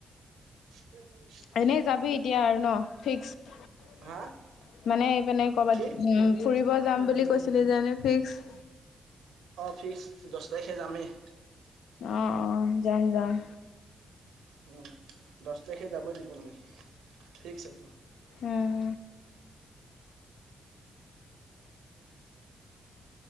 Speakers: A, on the right; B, on the left.
A: <unintelligible>
B: এনেই যাবি এতিয়া আৰু ন? ফিক্স।
A: হা
B: মানে এইপানে কৰবাত
A: কি?
B: উম ফুৰিব যাম বুলি কৈছ চিল যানে ফিক্স।
A: অ', ফিক্স, দহ তাৰিখে যামেই।
B: অ', অ', যাম যাম।
A: উ দহ তাৰিখে যাবই লকিব মানে। ফিক্স সেইতো।
B: উম